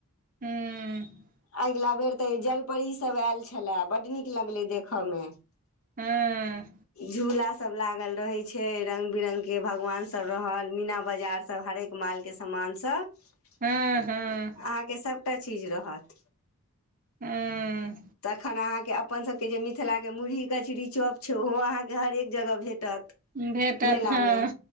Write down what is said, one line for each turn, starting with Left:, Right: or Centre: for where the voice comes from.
Right: हुँ
Left: अगिला बेर तऽ जलपरी सभ आयल छलै बड्ड नीक लगलै देखयमे
Right: हँ
Left: झूला सब लागल रहे छै रंग बिरंग केँ भगवान सब रहल मीना बाजार सब हरेक माल केँ समान सब अहाॅंकेँ
Right: हँ हँ
Left: सभटा चीज रहत
Right: हँ
Left: तखन अहाँकेँ अपन सभ केँ जे मिथिला केँ मुरही कचरी चॉप छै ओहो अहाँकेँ हरेक जगह भेटत
Right: भेटत
Left: मेला
Right: हँ
Left: मे